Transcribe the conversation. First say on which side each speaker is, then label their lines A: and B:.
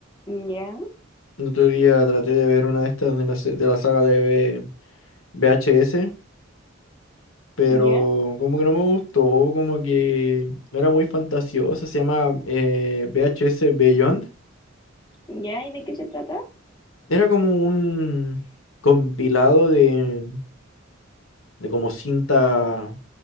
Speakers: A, on the left; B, on the left.
A: Ya,
B: El otro día traté de ver una de estas de la, se- de la saga de V- VHS, pero
A: ya,
B: como que no me gustó, como que no era muy fantasiosa, se llama eh, V H S Beyond.
A: ya, ¿y de qué se trata?
B: Era como un compilado de, de como cinta.